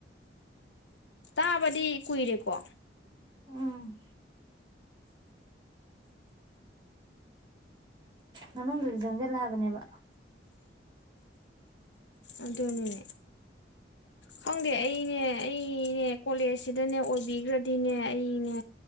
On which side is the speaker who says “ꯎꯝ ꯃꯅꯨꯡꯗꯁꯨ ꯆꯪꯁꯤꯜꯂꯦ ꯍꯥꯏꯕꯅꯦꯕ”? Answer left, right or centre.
Right